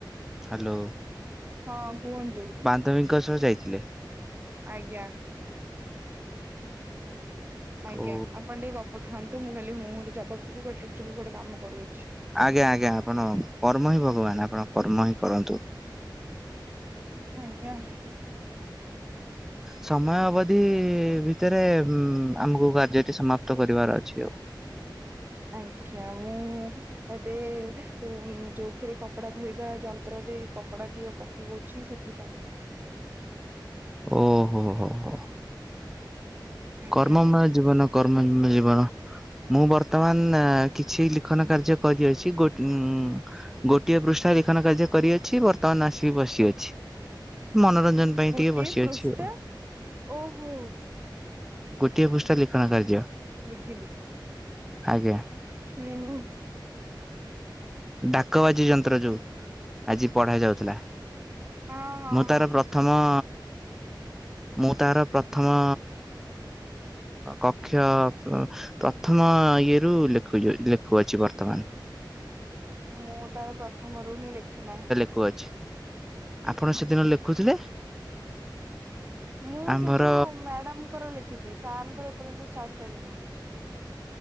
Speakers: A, in the centre; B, on the right.
A: ହ୍ୟାଲୋ।
B: ହଁ କୁହନ୍ତୁ।
A: ପଦବୀଙ୍କ ସହ ଯାଇଥିଲେ।
B: ଆଜ୍ଞା। ଆଜ୍ଞା
A: ଓ
B: ଆପଣ ଟିକେ ଗପୁଥାନ୍ତୁ। ମୁଁ କାଲି ହୁଁ ହୁଁ ରେ ଜବାବ ଦେବି। ବଟ ଆକଚୁଆଳି ଗୋଟେ କାମ କରୁଅଛି।
A: ଆଜ୍ଞା ଆଜ୍ଞା ଆପଣ କର୍ମ ହିଁ ଭଗବାନ। ଆପଣ କର୍ମ ହିଁ କରନ୍ତୁ।
B: ମିଞ୍ଜା।
A: ସମୟ ଅବଧି ଭିତରେ ଉଁ ଆମକୁ କାର୍ଯ୍ୟଟି ସମାପ୍ତ କରିବାର ଅଛି ଆଉ।
B: ଆଜ୍ଞା ମୁଁ ଏବେ ଯୋଉଥିରେ କପଡା ଧରିବା ଯନ୍ତ୍ରରେ କପଡ଼ା ଟିକେ ପକେଇ ଅଛି। ସେଥିପାଇଁ
A: ଓହୋ ହୋ ହୋ।
B: ଆଜ୍ଞା।
A: କର୍ମମୟ ଜୀବନ କର୍ମ ମୟ ଜୀବନ ମୁଁ ବର୍ତ୍ତମାନ କିଛି ଲେଖନ କାର୍ଯ୍ୟ କରିଅଛି। ବଟ ଉ ଗୋଟିଏ ପୃଷ୍ଠା ଲେଖନ କାର୍ଯ୍ୟ କରିଅଛି ବର୍ତ୍ତମାନ ଆସିକି ବସି ଅଛି। ମନୋରଞ୍ଜନ ପାଇଁ
B: ଗୋଟିଏ
A: ଟିକେ ବସିଅଛି
B: ପୃଷ୍ଠା
A: ଆଉ
B: ଓହୋ।
A: ଗୋଟିଏ ପୃଷ୍ଠା ଲିଖନ କାର୍ଯ୍ୟ।
B: ବୁଝିଲି।
A: ଆଜ୍ଞା।
B: ହୁଁ ହୁଁ।
A: ଡାକବାଜି ଯନ୍ତ୍ର ଯୋଉ ଆଜି ପଢା ଯାଉଥିଲା।
B: ହଁ ହଁ
A: ମୁଁ
B: ହଁ
A: ତାର
B: ବୁଝିଲି
A: ପ୍ରଥମ
B: ବୁଝିଲି।
A: ମୁଁ ତାର ପ୍ରଥମ କକ୍ଷ ପ୍ରଥମ ଇଏରୁ ଲେଖୁଛି ଲେଖୁଅଛି ବର୍ତ୍ତମାନ। <inaudible>
B: ମୁଁ ତାର ପ୍ରଥମରୁ ହିଁ ଲେଖି ନାହିଁ।
A: ଖୁ ଅଛି ଆପଣ ସେଦିନ ଲେଖୁଥିଲେ।
B: ମୁଁ
A: ଆମ୍ଭର
B: ସେ ଯୋଉ ମ୍ୟାଡାମଙ୍କର ଲେଖି ଲେଖିଛି ସାର ର୍ଙ୍କର ଏପର୍ଯ୍ୟନ୍ତ ସ୍ଟାଟ କରି ନାହିଁ